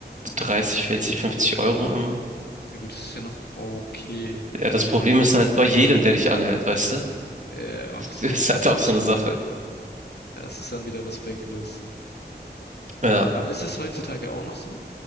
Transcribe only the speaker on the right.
30, 40, 50 Euro immer.
Ja, das Problem ist halt bei jedem, der dich anhält, weißt du?
<laughs>
Das ist
halt auch so eine Sache.
Ja,